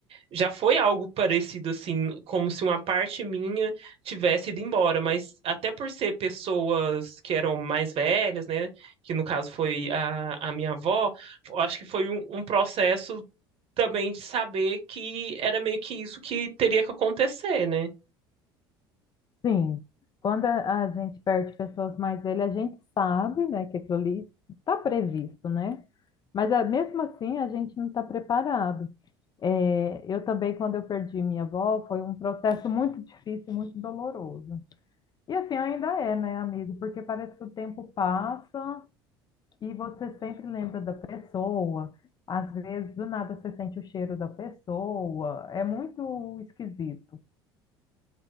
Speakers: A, on the right; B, on the left.
A: já foi algo parecido, assim, como se uma parte minha tivesse ido embora. Mas até por ser pessoas que eram mais velhas, né? Que no caso foi a, a minha avó, eu acho que foi um, um processo também de saber que era meio que isso que teria que acontecer, né?
B: Sim, quando a, a gente perde pessoas mais velhas, a gente sabe, né, que aquilo ali está previsto, né? Mas ah, mesmo assim, a gente não está preparado. É, eu também, quando eu perdi minha avó, foi um processo muito difícil, e muito doloroso. E assim ainda é, né, amigo? Porque parece que o tempo passa e você sempre lembra da pessoa. Às vezes, do nada, você sente o cheiro da pessoa. É muito esquisito.